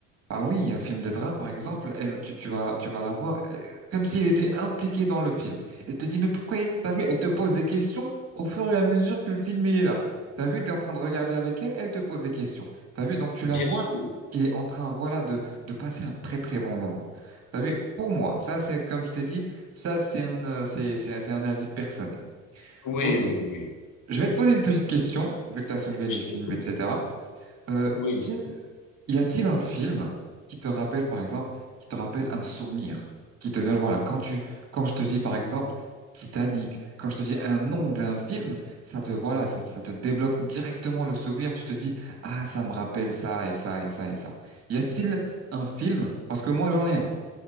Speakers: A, on the right (about 35°); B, on the left (about 50°).
A: Ah oui, un film de drame, par exemple, elle, tu, tu vas, tu vas la voir euh, comme si elle était impliquée dans le film. Elle te dit, mais pourquoi, t'as vu? Elle te pose des questions au fur et à mesure que le film, il est là. T'as vu? T'es en train de regarder avec elle, elle te pose des questions. T'as vu? Donc, tu
B: Bien
A: la vois
B: sûr.
A: qui est en train, voilà, de, de passer un très, très bon moment. T'as vu? Pour moi, ça, c'est, comme je t'ai dit, ça, c'est un, euh, c'est, c'est, c'est un avis personnel.
B: Oui,
A: Ok.
B: oui, oui.
A: Je vais te poser une petite question, vu que tu as soulevé les
B: Je
A: films,
B: t'écoute.
A: etc. Euh,
B: Oui,
A: qu'est-ce- y a-t-il un film qui te rappelle, par exemple, qui te rappelle un souvenir, qui te donne, voilà, quand tu, quand je te dis, par exemple, Titanic, quand je te dis un nom d'un film, ça te, voilà, ça, ça te débloque directement le souvenir. Tu te dis, ah, ça me rappelle ça et ça et ça et ça. Y a-t-il un film? Parce que moi, j'en ai un.